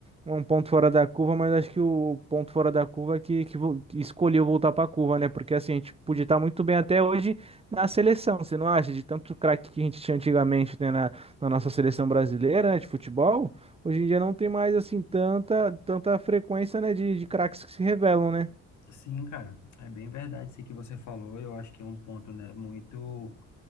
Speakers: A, on the right; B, on the left.
A: Um ponto fora da curva, mas acho que o ponto fora da curva é que, que, vo- que escolheu voltar para a curva, né? Porque assim, a gente podia estar muito bem até hoje na seleção, você não acha? De tanto craque que a gente tinha antigamente, né? na nossa seleção brasileira, né, de futebol, hoje em dia não tem mais assim tanta tanta frequência, né, de, de craques que se revelam, né?
B: Sim, cara, é bem verdade isso que você falou. Eu acho que é um ponto, né, muito